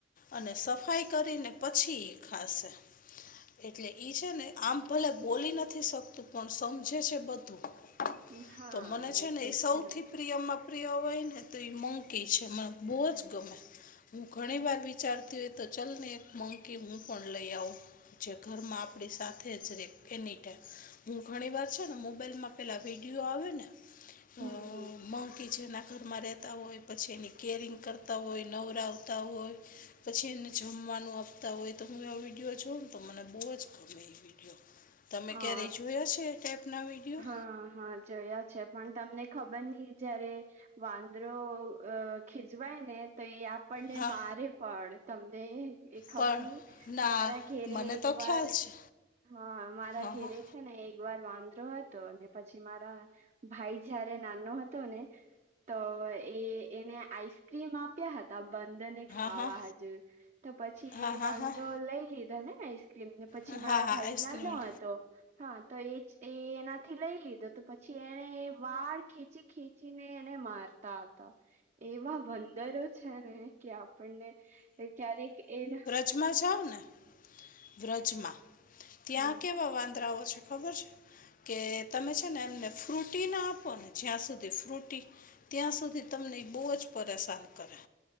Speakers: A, on the left; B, on the right.
A: અને સફાઈ કરીને પછી ખાશે એટલે ઈ છે ને આમ ભલે બોલી નથી શકતું પણ સમજે છે બધું
B: હમ હા
A: તો મને છે ને
B: તો
A: એ સૌથી
B: છે
A: પ્રિયમાં પ્રિય હોય ને તો એ મંકી છે મને બહુ જ ગમે હું ઘણી વાર વિચારતી હોય તો ચલ ને એક મંકી હું પણ લઈ આવું જે ઘરમાં આપણી સાથે જ રે એની ટાઈમ હું ઘણી વાર છે ને મોબાઈલમાં પેલા વિડીિયો આવ્યો ને
B: હમ
A: અ
B: હમ
A: મગ કિચ ના ઘરમાં રહેતા હોય પછી એની કેરિંગ કરતા હોય નવરા આવતા હોય પછી એને જમવાનું આપતા હોય તો હું એ વિડીયો જોઉ ને તો મને બહુ જ ગમે એ તમે
B: હા
A: ક્યારે જોયા છે એ ટાઈપના વિડીયો?
B: હા હા જોયા છે પણ તમને ખબર નહી જયારે વાંદરો અ ખીજવાય ને તો એ આપણને
A: હા
B: મારે પણ તમને ખબર
A: પણ
B: નહી
A: ના
B: મારા ઘેરે
A: મને
B: એક
A: તો
B: વાર
A: ખ્યાલ છે
B: હા મારા
A: હા
B: ઘેરે
A: હા
B: ને એક વાર વાંદરો હતો પછી મારા ભાઈ જયારે નાનો હતો ને તો એ એને આઈસક્રીમ આપ્યા હતા ત બંધન ને ખાવા
A: હા હા
B: હજુ. તો પછી
A: હા હા
B: વાંદરોો
A: હા
B: લઈ લીધા નેને આઈસ્ક્રીમને પછી
A: હા
B: મારા
A: હા
B: ભાઈ
A: આઈસ્ક્રીમ
B: ના ન હતો. હા તો એ એ એનાથી લઈ લીધો તો પછી એને વાળ ખેચી. ને એને મારતા હતા એવા બંદરો છે ને કે પણને ક્યારેક એ-
A: ચજમા ચાવને- વ્રજમાં ત્યાં
B: હમ
A: કેવા વાંદરાઓ છે ખબર છે. કે તમે છે ને એમને ફ્રૂટી ના આપો ને જ્યાં સુધી ફ્રૂટી. ત્યાં સુધી તમને એ બહુ જ પરેશાન કરે.